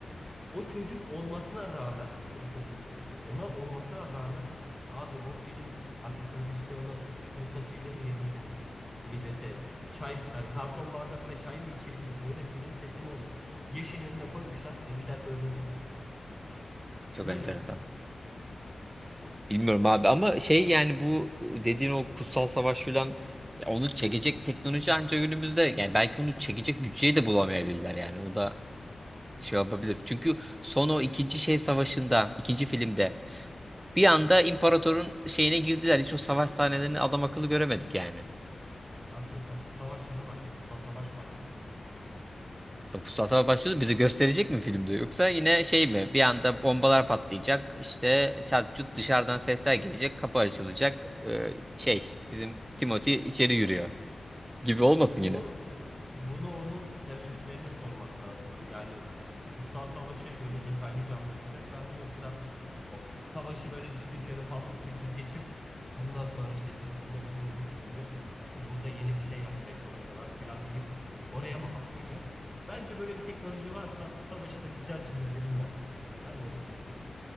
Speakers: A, in the centre; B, on the right.
A: o çocuk olmasına rağmen ki o çok iyi bir oyuncu. Ona olmasına rağmen abi o film artık prodüksiyonu kuru fasulye mi yedirdiniz millete? Çay yani karton bardakta çay mı içirdiniz? Öyle film seti mi olur? Yeşil önüne koymuşlar. Demişler böyle dur.
B: Çok
A: Böyle
B: enteresan.
A: film.
B: Bilmiyorum abi ama şey yani bu dediğin o kutsal savaş filan ya onu çekecek teknoloji ancak günümüzde yani belki onu çekecek bütçeyi de bulamayabilirler yani o da şey yapabilir. Çünkü son o ikinci şey savaşında ikinci filmde bir
A: Hı hı.
B: anda imparatorun şeyine girdiler hiç o savaş sahnelerini adam akıllı göremedik yani.
A: Asıl, asıl savaş şimdi başlıyor. Kutsal savaş başlıyor.
B: O Kutsal savaş başlıyordu bizi gösterecek mi filmde yoksa yine şey mi bir anda bombalar patlayacak işte çat çut dışarıdan sesler gelecek kapı açılacak Ee, şey bizim Timothy içeri yürüyor. gibi
A: İşte
B: olmasın
A: bunu
B: yine.
A: bunu onun senaristlerine sormak lazım. Yani Kutsal Savaş'ı böyle detaylıca anlatacaklar mı yoksa o savaşı böyle üstünkörü paldır küldür geçip bundan sonra işte Children of Dune'daki gibi burada yeni bir şey yapmaya çalışıyorlar filan deyip oraya mı atlayacak? Bence böyle bir teknoloji varsa o savaşı da güzelce yedirirler bize. Ben öyle düşünüyorum.